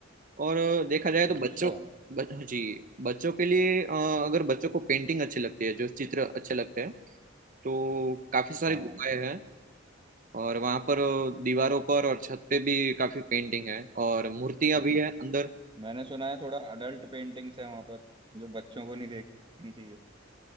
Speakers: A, on the right; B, on the right.
A: और अ, देखा जाए तो बच्चों
B: अच्छा
A: ब, जी बच्चों के लिए अ, अगर बच्चों को पेंटिंग अच्छी लगती है जो चित्र अच्छे लगते हैं तो काफ़ी सारी
B: हाँ
A: गुफाएं हैं और वहाँ पर अ, दीवारों पर और छत पे भी काफ़ी पेंटिंग है और मूर्तियाँ
B: <laughs>
A: भी हैं अंदर
B: मैंने सुना है थोड़ा अडल्ट पेंटिंग्स है वहाँ पर जो बच्चों को नहीं देखनी चाहिए